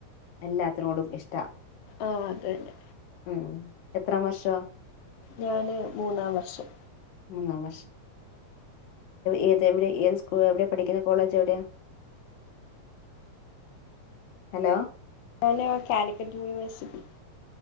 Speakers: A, on the left; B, on the left.
A: എല്ലാത്തിനോടും ഇഷ്ട
B: ആഹ അത തന്നെ
A: ഉം എത്ര വർഷം
B: ഞാന് മൂന്നാം വർഷം
A: മൂന്നാം വർഷം ഏത് എവിടെ ഏത് സ്കൂ എവിടെ പഠിക്കുന്ന കോളേജ് എവിടെയാ ഹലോ
B: ഞാന് കാലിക്കറ്റ് യൂണിവേഴ്സിറ്റി